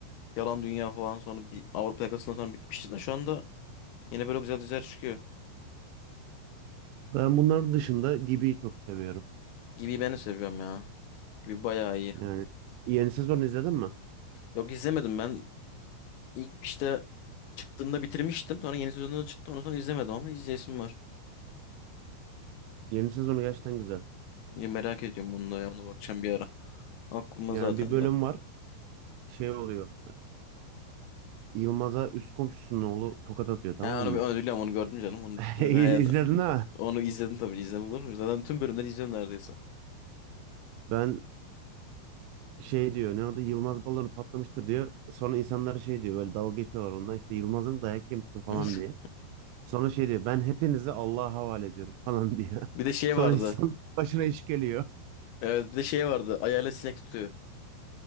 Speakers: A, on the left; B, on the right.
A: Yalan Dünya falan sonra bir Avrupa Yakası'ndan sonra bitmişti de şu anda yine böyle güzel diziler çıkıyor.
B: Ben bunların dışında Gibi'yi çok seviyorum.
A: Gibi ben de seviyorum ya. Gibi bayağı iyi.
B: Yani yeni sezonu izledin mi?
A: Yok izlemedim ben. İlk işte çıktığında bitirmiştim. Sonra yeni sezonu da çıktı. Ondan sonra izlemedim ama izleyesim var.
B: Yeni sezonu gerçekten güzel.
A: Ya merak ediyorum onu da ya. Ona bakacağım bir ara. Aklıma
B: Yani
A: zaten
B: bir bölüm
A: de.
B: var şey oluyor. Yılmaz'a üst komşusunun oğlu tokat atıyor tamam
A: Ha onu,
B: mı?
A: onu biliyorum onu gördüm canım.
B: <laughs>
A: Onu,
B: İz-
A: he,
B: İzledin ha?
A: onu izledim tabii. İzlem olur mu? Zaten tüm bölümleri izliyorum neredeyse.
B: Ben şey diyor ne oldu Yılmaz balonu patlamıştır diyor. Sonra insanlara şey diyor böyle dalga geçiyorlar onunla işte Yılmaz'ın dayak yemişsin falan
A: <laughs>
B: diye. Sonra şey diyor ben hepinizi Allah'a havale ediyorum falan diyor.
A: Bir de
B: <laughs>
A: şey
B: Sonra
A: vardı.
B: insan başına iş geliyor.
A: Evet bir de şey vardı. Ayağıyla sinek tutuyor.